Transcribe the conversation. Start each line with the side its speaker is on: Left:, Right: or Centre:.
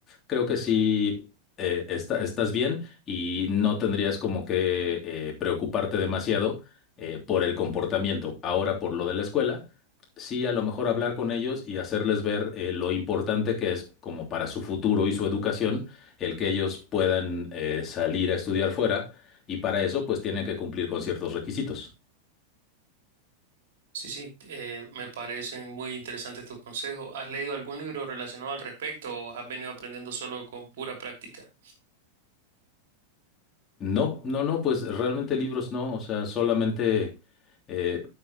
Left: creo que sí eh, está- estás bien y no tendrías como que eh, preocuparte demasiado eh, por el comportamiento. Ahora, por lo de la escuela, sí, a lo mejor hablar con ellos y hacerles ver eh, lo importante que es como para su futuro y su educación, el que ellos puedan eh, salir a estudiar fuera y para eso pues tienen que cumplir con ciertos requisitos.
Right: Sí, sí, eh, me parecen muy interesantes tus consejos. ¿Has leído algún libro relacionado al respecto o has venido aprendiendo solo con pura práctica?
Left: No, no, no, pues realmente libros no, o sea, solamente eh,